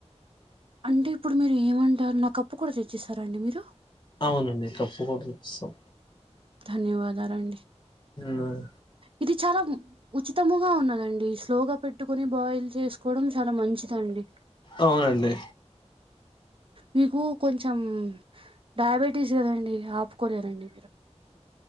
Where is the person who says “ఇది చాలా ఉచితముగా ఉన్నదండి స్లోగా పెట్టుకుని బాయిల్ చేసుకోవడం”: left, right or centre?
Right